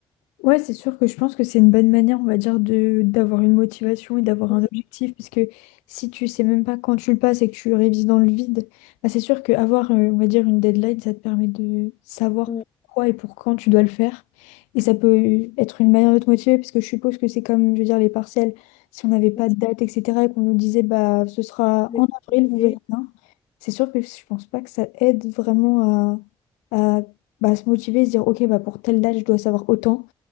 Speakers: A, on the left (about 85°); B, on the left (about 55°).
A: Ouais, c'est sûr que je pense que c'est une bonne manière, on va dire, de d'avoir une motivation et d'avoir
B: Oui,
A: un objectif, parce que si tu sais même pas quand tu le passes et que tu révises dans le vide, bah c'est sûr qu'avoir, on va dire, une deadline, ça te permet de savoir
B: c'est
A: pourquoi et pour quand tu dois le faire. Et ça peut être une manière de te motiver, parce que je suppose que c'est comme, je veux dire, les partiels, si on n'avait pas
B: Ouais,
A: de date, etc., et qu'on nous disait, bah, ce sera
B: c'est
A: en avril, vous
B: ça.
A: verrez bien, c'est sûr que je pense pas que ça aide vraiment à, à bah, se motiver, se dire, ok, bah, pour telle date, je dois savoir autant.